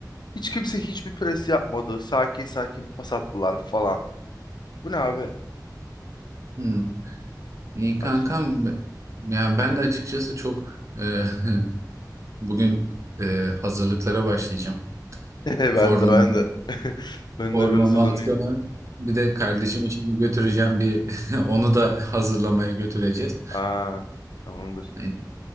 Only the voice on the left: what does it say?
Hiç kimse hiçbir pres yapmadı. Sakin sakin pas attılar falan. Bu ne abi?
Ay. <laughs>
Ben
de ben de. <laughs> Ben
de bir hazırlanayım.
Aa, tamamdır.